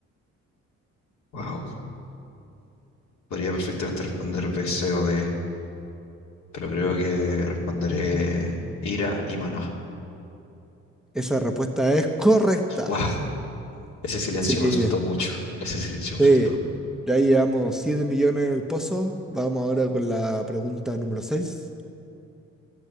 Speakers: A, on the left; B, in the centre.
A: Wow. podría perfectamente responder B, C o D, pero creo que responderé ira y maná.
B: Esa respuesta es correcta.
A: Wow. Ese silencio
B: Así que
A: me asustó mucho. Ese silencio me
B: sí,
A: asustó.
B: ya llevamos 7 millones en el pozo. Vamos ahora con la pregunta número seis